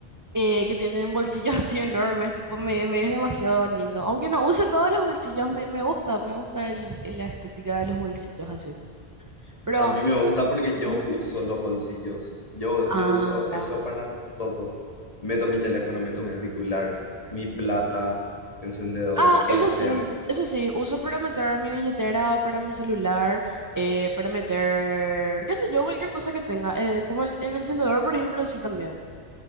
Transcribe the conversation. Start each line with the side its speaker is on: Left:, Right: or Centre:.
Right: eh, que tienen bolsillos <laughs> así enormes. Tipo, me, me es demasiado lindo. Aunque no use todos los bolsillos, me, me gusta, me gusta el, el- la estética de los bolsillos así. Pero,
Left: A mí me gusta porque yo
Right: mm,
Left: uso los bolsillos. Yo,
Right: ah,
Left: yo uso
Right: ya.
Left: eso para todo. Meto mi teléfono, meto mi auricular, mi plata, encendedor,
Right: Ah, eso
Left: lo que sea.
Right: sí, eso sí, uso para meter mi billetera, para mi celular, eh, para meter, qué sé yo, cualquier cosa que tenga. Eh, como el, el encendedor, por ejemplo, sí también.